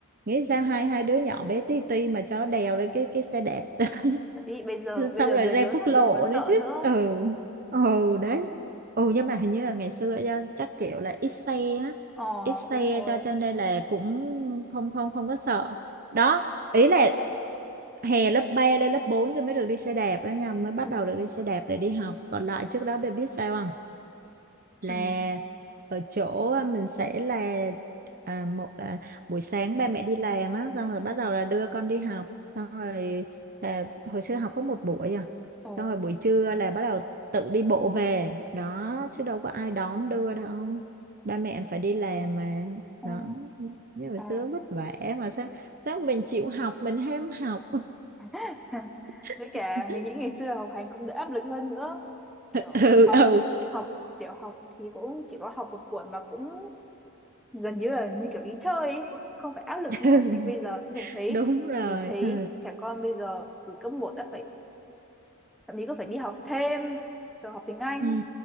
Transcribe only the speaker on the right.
nghĩ sao hai hai đứa nhỏ bé tí ti mà cho đèo lên cái cái xe đạp <laughs>
xong
rồi
ra
quốc
lộ
nữa chứ
ừ ừ đấy ừ nhưng mà hình như là ngày xưa do chắc kiểu là ít xe á
ít xe
cho cho nên là cũng không không không có sợ đó ý là
hè lớp 3 lên lớp 4 thì mới được đi xe đạp đó nha mới bắt
đầu được đi xe đạp để đi học còn lại trước đó bạn biết sao là
ở chỗ à, mình sẽ là à, một là buổi sáng ba mẹ đi làm á xong rồi bắt đầu là đưa con đi học xong rồi là hồi xưa học có một buổi à
xong rồi buổi trưa là bắt đầu tự đi bộ về đó chứ đâu có ai đón đưa đâu ba mẹ phải đi làm mà
đó như hồi
xưa vất vả mà sao sao mình chịu học mình ham học
<laughs>
ừ
ừ
<laughs>
đúng rồi
ừ
ừ